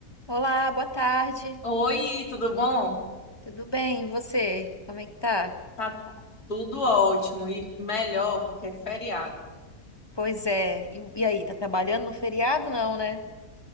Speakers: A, on the left; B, on the left.
A: Olá, boa tarde.
B: Oi, tudo bom?
A: Tudo bem? E você? Como é que tá?
B: Tá tudo ótimo e melhor porque é feriado.
A: Pois é. E, e aí, tá trabalhando no feriado? Não, né?